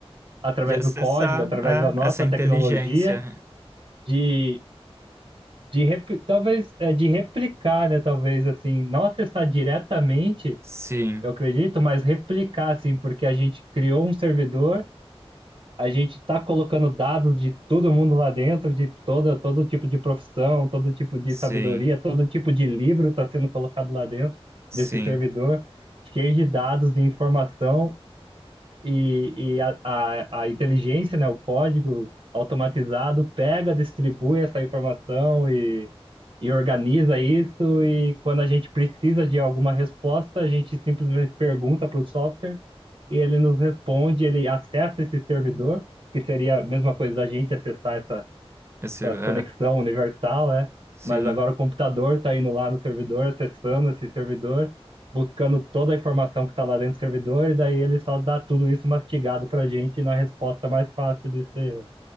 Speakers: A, on the right; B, on the right.
A: através
B: De acessar,
A: do código, através
B: é,
A: da nossa
B: essa inteligência.
A: tecnologia, de, de repli- talvez é, de replicar, né? Talvez assim, não acessar diretamente,
B: Sim,
A: eu acredito, mas replicar, assim, porque a gente criou um servidor a gente está colocando dados de todo mundo lá dentro, de toda, todo tipo de profissão, todo tipo de
B: sim,
A: sabedoria, todo tipo de livro está sendo colocado lá dentro
B: sim.
A: desse servidor, cheio de dados, de informação, e, e a, a, a inteligência, né, o código automatizado, pega, distribui essa informação e e organiza isso. E quando a gente precisa de alguma resposta, a gente simplesmente pergunta para o software e ele nos responde. Ele acessa esse servidor, que seria a mesma coisa da gente acessar essa,
B: Esse,
A: essa conexão
B: é,
A: universal, é.
B: sim,
A: Mas agora o computador está indo lá no servidor, acessando esse servidor, buscando toda a informação que está lá dentro do servidor, e daí ele só dá tudo isso mastigado para a gente na resposta mais fácil de ser